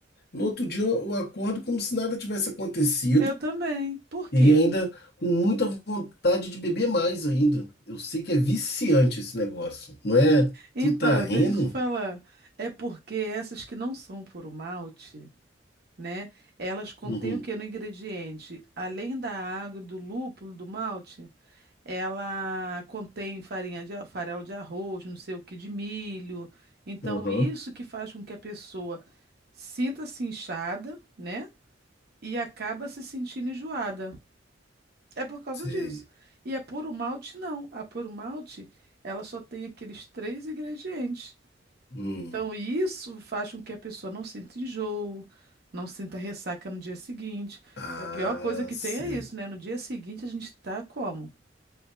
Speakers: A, on the left; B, on the right.
A: No outro dia, eu acordo como se nada tivesse acontecido
B: Eu também. Por quê?
A: e ainda com muita vontade de beber mais ainda. Eu sei que é viciante esse negócio, não é?
B: Então,
A: Tu tá rindo?
B: deixa eu te falar. É porque essas que não são puro malte, né? Elas contêm
A: Uhum.
B: o que no ingrediente? Além da água, do lúpulo, do malte, ela contém farinha de a- farelo de arroz, não sei o que, de milho. Então,
A: Uhum.
B: isso que faz com que a pessoa sinta-se inchada, né? E acaba se sentindo enjoada. É por causa
A: Sei.
B: disso. E a puro malte, não. A puro malte, ela só tem aqueles três ingredientes.
A: Hum.
B: Então, isso faz com que a pessoa não sinta enjoo, não sinta ressaca no dia seguinte.
A: Ah,
B: Que a pior coisa que
A: sei.
B: tem é isso, né? No dia seguinte a gente tá como?